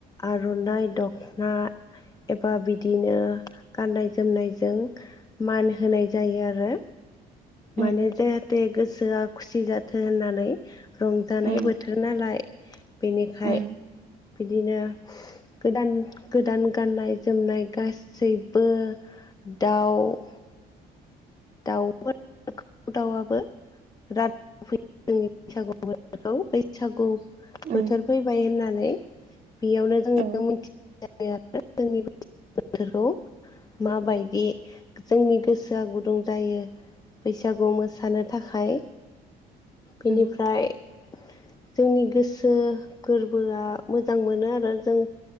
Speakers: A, on the left; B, on the right.
A: आर'नाइ दख'ना। एबा बिदिनो। गाननाय जोमनायजों मान होनाय जायो आरो।
B: उम
A: माने जेहाथे गोसोआ खुसि जाथो होननानै। रंजानाय
B: उम
A: बोथोर नालाय। बेनिखाय
B: उम
A: बिदिनो। गोदान गोदान गाननाय जोमनाय गासैबबो दाउ <inaudible> दाउ फ दाउआबो बिराद जोंनि बैसागु बोथोरखौ बैसागु
B: उम
A: बोथोर फैबाय होननानै। बेयावनो जोङो
B: औ
A: मिथिनायायो आरो जोंनि बोथोरखौ। माबायदि जोंनि गोसोआ गुदुं जायो। बैसागु मोसानो थाखाय बेनिफ्राय।
B: उम
A: जोंनि गोसो गोरबोआ मोजां मोनो आरो जों।